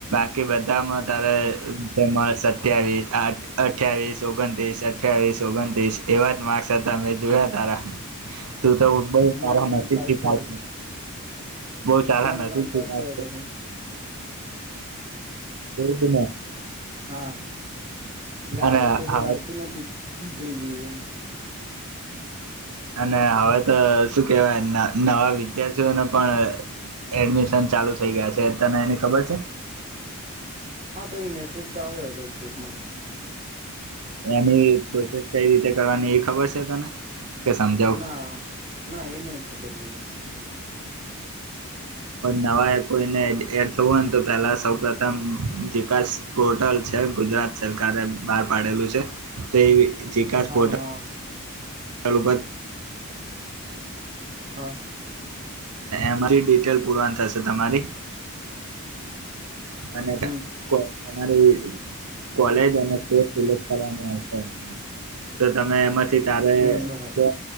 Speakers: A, on the right; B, on the right.
A: કે બધામાં તારે સત્યાવીસ અઠવીસ ઓગણત્રીસ અઠ્યાવીસ ઓગણત્રીસ એવા જ માર્ક્સ હતા, મેં જોયા તારા તું તો બહ સારા
B: માંડ માંડ
A: નસીબથી
B: પાસ થયો
A: પા
B: હતો
A: બહ સારા
B: માંડ
A: નસીબથી
B: માંડ પાસ
A: પા
B: થયો હતો હું
A: બમાં
B: હા એટલે
A: અને
B: આ વખતે તો
A: હવે
B: લાગતું નથી, જઈએ એમ
A: અને હવે તો શું કેવાય નવા વિદ્યાર્થીઓને પણ એડમિશન ચાલુ થઈ ગયા છે, તને એની ખબર છે,
B: હા કઈક મેસેજ તો આવ્યો હતો, ગ્રુપમાં
A: એની પ્રોસેસ કઈ રીતે કરવાની એ ખબર છે, તને? કે સમજાવું
B: ના ના એ નહ ખબર મને
A: નવા કોઈને એડ થવું હોયને તો પેલા સૌ પ્રથમ વિકાસ પોર્ટલ છે, ગુજરાત સરકારે બહાર પાડેલું છે, તો એ જેકાાસ
B: હા
A: સ્પોર્ટ
B: હા
A: ચાલું પ
B: હા
A: એમાંથી ડિટેલ પુરવાન થશે તમારી અને
B: હમ
A: તમારી કોલેજ અનેિ કરવા આવશે તો તમે એમાં તારે
B: હમ બરાબર
A: તો